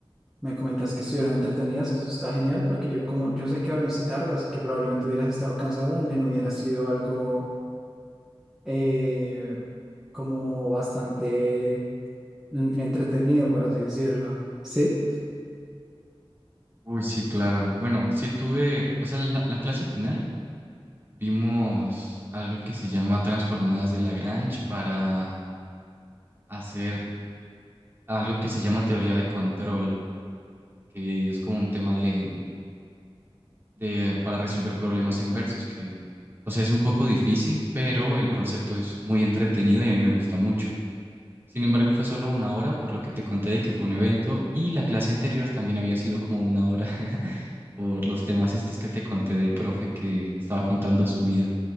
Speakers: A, in the centre; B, on the right (about 25°).
A: Me comentas que estuvieron entretenidas, eso está genial porque yo como yo sé que dormiste tarde, así que probablemente hubieras estado cansado donde no hubiera sido algo eh, como bastante mm, entretenido, por así decirlo. ¿Sí?
B: Uy, sí, claro. Bueno, sí tuve, o sea, la, la clase final vimos algo que se llama transformadas de Lagrange para hacer algo que se llama teoría de control, que es como un tema de, de para resolver problemas inversos, que, o sea, es un poco difícil, pero el concepto es muy entretenido y a mí me gusta mucho. Sin embargo, fue solo una hora, por lo que te conté de que fue un evento y la clase anterior también había sido como una hora <laughs> por los temas estos que te conté del profe que estaba contando su vida.